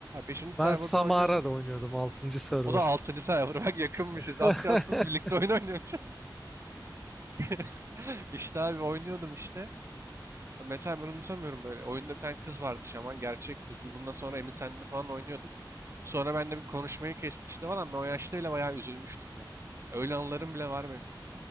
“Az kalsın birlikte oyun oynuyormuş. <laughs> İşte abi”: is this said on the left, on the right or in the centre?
Right